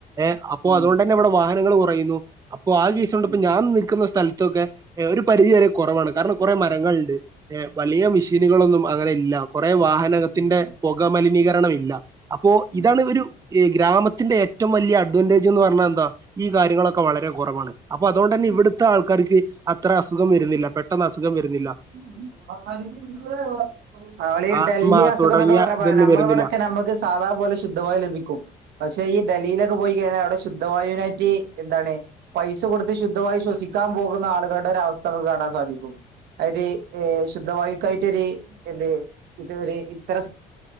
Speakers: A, on the right; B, on the right.
A: ഏഹ് അപ്പോ
B: ഉം
A: അതോണ്ടെന്നെ ഇവടെ വാഹനങ്ങള് കുറയുന്നു അപ്പോ ആ കി സോണ്ട്
B: ഉം
A: ഇപ്പോ ഞാൻ നിക്ക്ന്ന സ്ഥൽത്തൊക്കെ എഹ് ഒരു പരിധി വരെ കൊറവാണ് കാരണം കുറേ മരങ്ങൾണ്ട്. ഏഹ് വലിയ മിഷീന്കളൊന്നും അങ്ങനെ ഇല്ല കൊറെ വാഹന
B: ഉം
A: നകത്തിന്റെ പൊകമലിനീകരണം ഇല്ല അപ്പോ
B: ഉം
A: ഇതാണ്
B: ഉം
A: ഒരു ഈ ഗ്രാമത്തിന്റെ ഏറ്റവും വല്ല്യെ അഡ്വാൻന്റേജ്ന്ന് പർഞ്ഞാ എന്താ ഈ കാര്യങ്ങളൊക്കെ വളരെ കൊറവാണ്. അപ്പൊ അതോണ്ടന്നെ
B: ഉം
A: ഇവ്ടുത്തെ ആൾക്കാർക്ക് അത്ര അസുഖം വരുന്നില്ല പെട്ടെന്ന് അസുഖം വെരുന്നില്ല.
B: ഉം ഉം ഈ പർഞ്ഞാതിരി <unintelligible> നമ്മളെ ഈ
A: ആസ്മ
B: ഡൽഹി അസുഖം
A: തുടങ്ങിയ
B: ന്നൊക്കെ പർഞ്ഞപ്പളാണ്
A: ഇതൊന്നും
B: ഞമ്മളെ
A: വരുന്നില്ല
B: ഇവടൊക്കെ ഞമ്മക്ക് സാധാ പോലെ ശുദ്ധവായു ലഭിക്കും. പക്ഷെ ഈ ഡൽഹിയിലൊക്കെ പോയിക്കഴിഞ്ഞാ അവ്ടെ ശുദ്ധവായുവിനായിറ്റ് എന്താണ് പൈസ കൊടുത്ത് ശുദ്ധവായു ശ്വസിക്കാൻ പോകുന്ന ആളുകളുടെ ഒരു അവസ്ഥ അമ്മക്ക് കാണാൻ സാധിക്കും. അതായത് എഹ് ശുദ്ധവായുക്കായിറ്റ് ഒരു എന്ത് ഇത് ഒരു ഇത്തര